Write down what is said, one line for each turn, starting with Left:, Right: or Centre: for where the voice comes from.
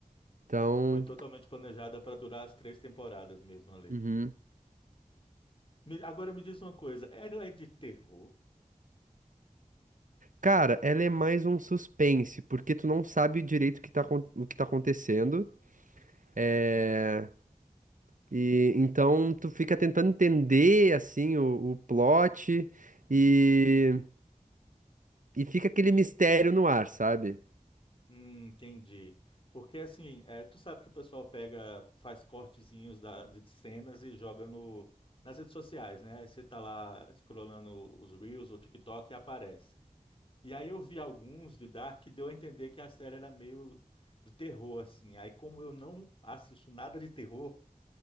Right: Então,
Left: Foi totalmente planejada para durar as três temporadas mesmo ali.
Right: uhum.
Left: Me- agora me diz uma coisa, ela é de terror?
Right: Cara, ela é mais um suspense, porque tu não sabe direito o que tá, acon- o que tá acontecendo. É... E então tu fica tentando entender assim o, o plot e, e fica aquele mistério no ar, sabe?
Left: Hum, entendi. Porque assim, é, tu sabe que o pessoal pega, faz cortezinhos da- de cenas e joga no, nas redes sociais, né? Aí você tá lá scrollando os Reels ou TikTok e aparece. E aí eu vi alguns de Dark que deu a entender que a série era meio de terror, assim. Aí como eu não assisto nada de terror,